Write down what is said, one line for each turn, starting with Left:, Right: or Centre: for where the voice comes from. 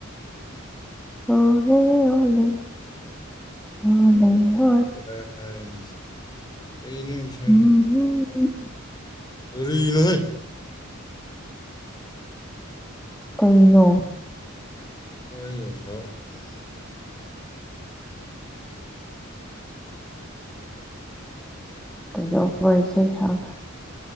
Centre: ꯍꯣꯂ ꯍꯣꯂ ꯍꯣꯂ ꯍ
Left: ꯕꯔꯥ ꯀꯅꯤ ꯁꯤ ꯀꯩ ꯅꯁ
Centre: ꯎꯝ
Left: ꯔꯤ ꯅꯣꯍꯣꯏ
Centre: ꯀꯩꯅꯩꯅꯣ
Left: ꯁ ꯑꯣ ꯁꯗꯅꯥ
Centre: ꯀꯩꯖꯧ ꯋꯥꯔꯤ ꯋꯥꯔꯤ ꯏꯁꯩꯩ ꯍꯒ